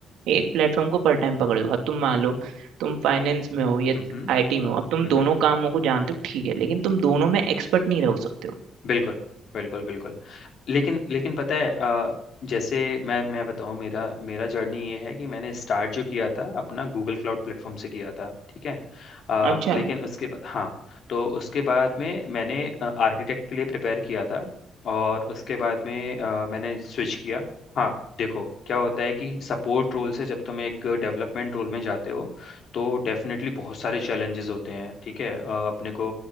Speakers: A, on the right (about 85°); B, on the left (about 65°).
A: एक प्लेटफॉर्म को पर टाइम पकड़े हो अब तुम मान लो तुम फाइनेंस में हो या
B: हम्म
A: आईटी में हो अब तुम
B: हम्म
A: दोनों कामों को जानते हो ठीक है लेकिन तुम दोनों में एक्सपर्ट नहीं रह सकते हो
B: बिल्कुल बिल्कुल बिल्कुल लेकिन लेकिन पता है अ, जैसे मैं मैं बताऊं मेरा मेरा जर्नी ये है कि मैंने स्टार्ट जो किया था अपना गूगल क्लाउड प्लेटफॉर्म से किया था ठीक है अ,
A: अच्छा
B: लेकिन उसके बाद हाँ तो उसके बाद में मैंने आर्किटेक्ट के लिए प्रिपेयर किया था और उसके बाद में अ, मैंने स्विच किया हाँ देखो क्या होता है कि सपोर्ट रोल से जब तुम एक डेवलपमेंट रोल में जाते हो तो डेफिनेटली बहुत सारे चैलेंजेस होते हैं ठीक है अ, अपने को